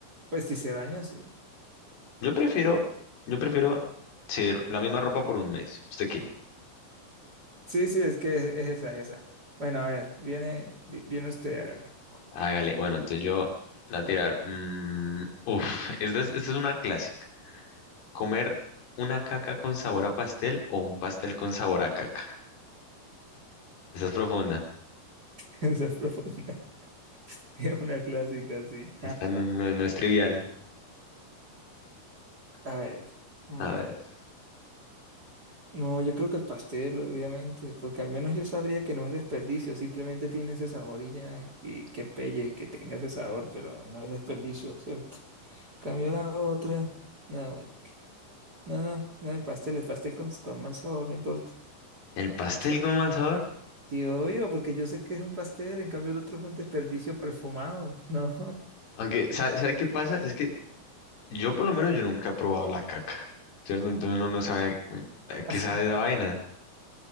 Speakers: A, on the right; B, on the left.
A: Pues si se baña, sí.
B: Yo prefiero, yo prefiero sí, la misma ropa por un mes. ¿Usted qué?
A: Sí, sí, es que es, es esa, es esa. Bueno, a ver, viene, vi- viene usted, hágale.
B: Hágale. Bueno, entonces yo la voy a tirar. mm, uf, esta es, esta es una clásica. ¿Comer una caca con sabor a pastel o un pastel con sabor a caca? Esta es profunda.
A: <laughs> Esa es profunda. <laughs> Es una clásica, así.
B: Esta no, no- no es trivial.
A: A ver. mm,
B: A ver,
A: No, yo creo que el pastel, obviamente, porque al menos yo sabría que no es desperdicio, simplemente tiene ese sabor y ya, y y que pelle, que tenga ese sabor, pero no es desperdicio, ¿cierto? Cambió la otra. No, marica. No, no, no el pastel, el pastel con, con mal sabor, no importa.
B: ¿el pastel
A: Esto-
B: con mal sabor?
A: Sí, obvio, porque yo sé que es un pastel, en cambio el otro es un desperdicio perfumado. No,
B: Aunque, ¿sabe, sabe qué pasa? Es que Yo por lo menos yo nunca he probado la caca, ¿cierto? Entonces uno no sabe a qué
A: <laughs>
B: sabe esa vaina.